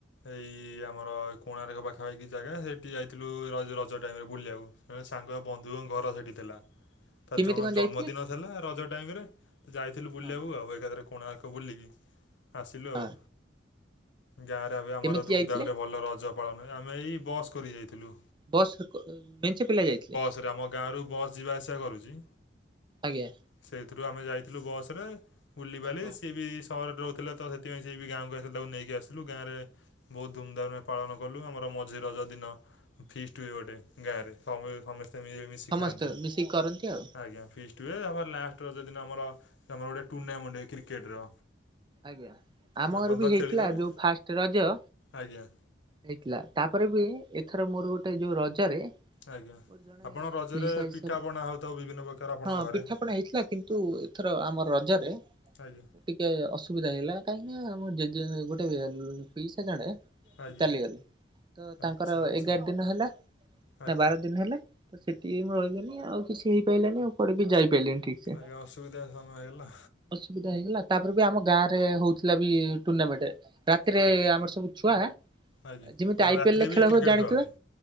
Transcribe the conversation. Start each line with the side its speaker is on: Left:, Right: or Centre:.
Left: ଏଇ ଆମର କୋଣାର୍କ ପାଖାପାଖି ଜାଗା, ସେଇଠି ଯାଇଥିଲୁ ରଜ ରଜ ଟାଇମରେ ବୁଲିବାକୁ। ଜଣେ ସାଙ୍ଗର ବନ୍ଧୁଙ୍କ ଘର ସେଠି ଥିଲା। ତା
Right: କେମିତି କଣ
Left: ଜନ୍ମଦିନ
Right: ଯାଇଥିଲେ
Left: ଥିଲା ରଜ ଟାଇମ ରେ ଯାଇଥିଲୁ ବୁଲିବାକୁ
Right: ହଁ
Left: ଆଉ ଏକାଥରେ କୋଣାର୍କ ବୁଲିକି ଆସିଲୁ
Right: ହଁ
Left: ଆଉ ଗାଁ ଏବେ ଆମର
Right: କେମିତି
Left: ଧୁମଧାମରେ
Right: ଯାଇଥିଲେ
Left: ଭଲ ରଜ ପାଳନ ହୁଏ ଆମେ ଏଇ ବସ୍ କରି ଯାଇଥିଲୁ।
Right: ବସ ରେ କ ବେଞ୍ଚ ପିଲା ଯାଇଥିଲେ।
Left: ପୁରା ଆମ ଗାଁରୁ ବସ୍ ଯିବା ଆସିବା କରୁଛି।
Right: ଆଜ୍ଞା।
Left: ସେଇଥିରୁ ଆମେ ଯାଇଥିଲୁ ବସରେ, ବୁଲିବାଲି
Right: ଓହୋ
Left: ସିଏ ବି ସହରରେ ରହୁଥିଲା ତ ସେଥିପାଇଁ ସେଏ ବି ଗାଁକୁ ଆସିଲା ତାକୁ ନେଇକି ଆସିଲୁ ଗାଁରେ ବହୁତ ଧୁମଧାମରେ ପାଳନ କଲୁ। ଆମର ମଝି ରଜ ଦିନ ଫିଷ୍ଟ ହୁଏ ଗୋଟେ ଗାଁରେ, ସମସ୍ତେ ମି ମିଶି
Right: ସମସ୍ତେ
Left: ଖାଆନ୍ତି,
Right: ମିଶିକି କରନ୍ତି ଆଉ
Left: ଆଜ୍ଞା ଫିଷ୍ଟ। ଟୁ ଆମର ଲାଷ୍ଟ ରଜ ଦିନ ଆମର ଆମର ଗୋଟେ ଟୁର୍ଣ୍ଣାମେଣ୍ଟୁଏ କ୍ରିକେଟର
Right: ଆଜ୍ଞା ଆମ
Left: ଆପଣ
Right: ଘର
Left: ତ
Right: ବି ହେଇଥିଲା
Left: ଖେଳିଦେବେ
Right: ଯୋଉ ଫାଷ୍ଟ ରଜ
Left: ଆଜ୍ଞା।
Right: ହେଇଥିଲା ତାପରେ ବି ଏଥର ମୋର ଗୋଟେ ଯଉ ରଜ ରେ ମୋର
Left: ଆଜ୍ଞା।
Right: ଜଣେ
Left: ଆପଣ ରଜରେ
Right: ପିଇସା ହିସାବ୍-
Left: ପିଠା ପଣା ହେଉଥିବ ବିଭିନ୍ନ ପ୍ରକାର ଆପଣଙ୍କ
Right: ହଁ
Left: ଘରେ
Right: ପିଠା ପଣା ହେଇଥିଲା କିନ୍ତୁ ଏଥର ଆମର ରଜରେ
Left: ଆଜ୍ଞା।
Right: ଟିକେ ଅସୁବିଧା ହେଇଗଲା କାହିଁକି ନା ଆମ ଜେଜେ- ଗୋଟେ ପିଇସା ଜଣେ
Left: ଆଜ୍ଞା।
Right: ଚାଲିଗଲେ ତ
Left: ଆଚ୍ଛା
Right: ତାଙ୍କର
Left: ଆଚ୍ଛା
Right: ଏଗାର ଦିନ ହେଲା
Left: ଆଜ୍ଞା
Right: ନା ବାର ଦିନ ହେଲା ତ ସେଠି ମୁଁ ରହିଗଲି ଆଉ କିଛି ହେଇପାଇଲାନି ଆଉ। କୁଆଡେ ବି ଯାଇ ପାଇଲିନି ଠିକ୍ ସେ।
Left: ଆଜ୍ଞା ଅସୁବିଧା ସମୟ ହେଇଗଲା
Right: ଅସୁବିଧା ହେଇଗଲା ତାପରେ ବି ଆମ ଗାଁ ରେ ହଉ ଥିଲା ବି ଟୁର୍ଣ୍ଣାମେଣ୍ଟ୍ ରାତିରେ
Left: ଆଜ୍ଞା।
Right: ଆମର ସବୁ ଛୁଆ
Left: ଆଜ୍ଞା
Right: ଯେମିତି
Left: ଆମର
Right: ଆଇ
Left: ରାତିରେ
Right: ପି ଏଲ୍ ରେ ଖେଳ
Left: ବି କ୍ରିକେଟ୍
Right: ହୁଏ ଜାଣିଥିବେ?
Left: ଖେଳନ୍ତି